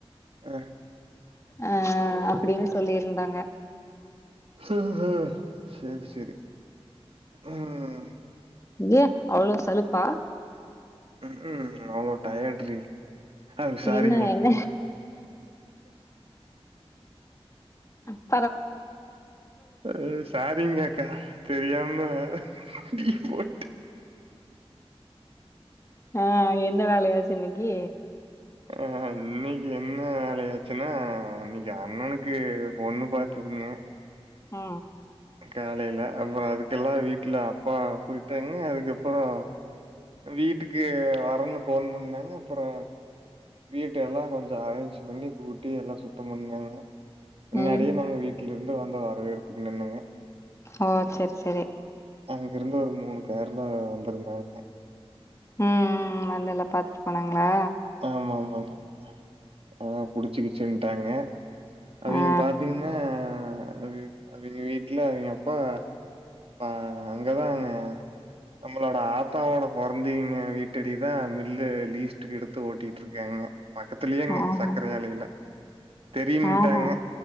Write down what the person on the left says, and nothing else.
அ அப்டின் சொல்லிருந்தாங்க
ஏ அவ்ளோ சலுப்பா
என்ன என்ன ஆ
ஆ என்ன வேலயாச்சு இன்னைக்கு
ஆ
ம்
ஆ சேரி சேரி
ம் ம் ம் வந்து எல்லா பாத்துட்டு போனாங்ளா
ஆ
ஆஹா
ஆஹா